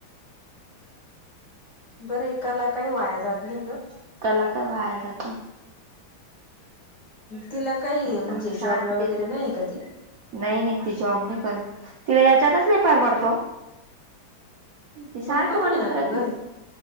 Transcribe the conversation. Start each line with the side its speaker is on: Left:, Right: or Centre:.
Left: बरं एकाला काही वाया जात नाही ग.
Right: एकाला काय वाया जात नाही.
Left: तिला काही
Right: नाही आता
Left: म्हणजे
Right: ती सारखी
Left: जॉबला
Right: तेच
Left: वगैरे
Right: बन-
Left: नाही आहे का ती.
Right: नाही नाही ती जॉब नाही करत तिला याच्यातच नाही परवडतो. ती सारखं
Left: मग बरं
Right: बनवत
Left: आहे ना
Right: राहती.
Left: ग घर